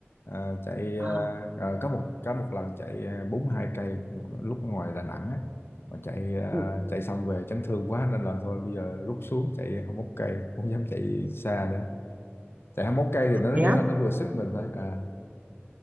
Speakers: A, on the left; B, on the right.
A: à, chạy
B: à,
A: à, à, có một có một lần chạy à, 42 cây lúc ngoài Đà Nẵng á mà chạy à,
B: ừ.
A: chạy xong về chấn thương quá nên là thôi bây giờ rút xuống chạy 21 cây không dám chạy xa nữa chạy 21 cây thì nó
B: thế
A: kiểu
B: á
A: là nó vừa sức mình thôi à